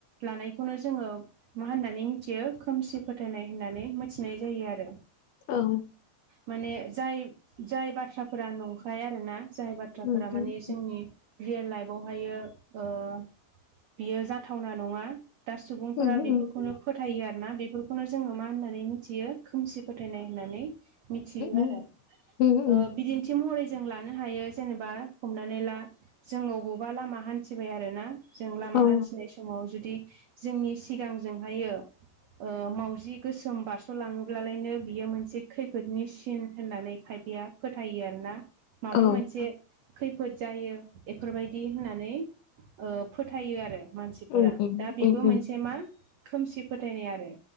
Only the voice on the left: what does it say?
औ।
उम
उम
उम उम
उम
उम उम
औ
औ
उम उम
उम उम